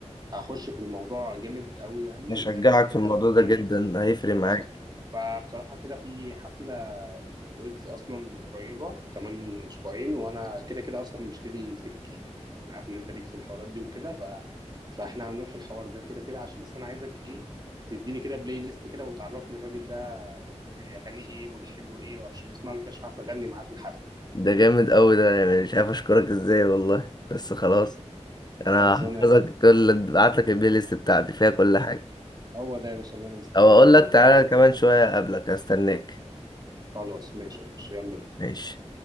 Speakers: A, on the right; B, on the left.
A: أخش في الموضوع جامد أوي يعني
B: أشجعك
A: زي ما أنت كده
B: في الموضوع
A: داخل
B: ده
A: فيه
B: جدا هيفرق معاك
A: اه فبصراحة كده في حفلة لويجز أصلا قريبة كمان أسبوعين وأنا كده كده أصلا مشتري تيكت ليك أنا عارف إن أنت ليك في الحوارات دي وكده ف... فإحنا هنروح الحوار ده كده كده عشان بس أنا عايزك إيه تديني كده بلاي ليست كده وتعرفني الراجل ده أغانيه إيه والحلو إيه وعشان أسمع له كده عشان أعرف أغني معاه في الحفلة
B: ده جامد أوي ده يعني مش عارف أشكرك إزاي والله بس خلاص أنا
A: خلصانة
B: هحفظك
A: يا باشا
B: كل بعتلك البلاي ليست بتاعتي فيها كل حاجة
A: هو ده يا باشا اللي أنا مستني
B: أو أقول
A: منك
B: لك
A: يا
B: تعالى
A: باشا.
B: كمان شوية قبلك أستناك
A: خلاص ماشي يا باشا يلا بينا
B: ماشي